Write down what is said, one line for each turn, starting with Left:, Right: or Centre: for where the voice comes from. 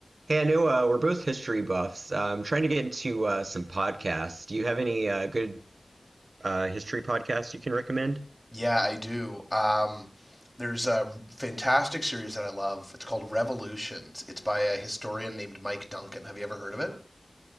Right: Hey, I know uh, we're both history buffs. Uh, I'm trying to get into uh, some podcasts. Do you have any uh, good uh, history podcasts you can recommend?
Centre: Yeah, I do. Um, there's a fantastic series that I love. It's called Revolutions. It's by a historian named Mike Duncan. Have you ever heard of it?